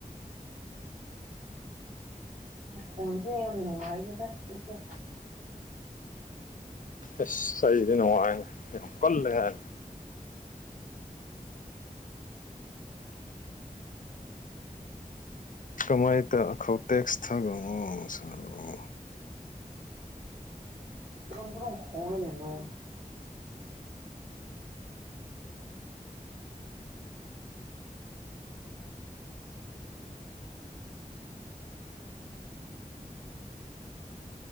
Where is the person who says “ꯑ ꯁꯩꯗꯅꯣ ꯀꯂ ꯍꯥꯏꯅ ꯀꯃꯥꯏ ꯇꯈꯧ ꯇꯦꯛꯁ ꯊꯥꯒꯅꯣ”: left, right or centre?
Left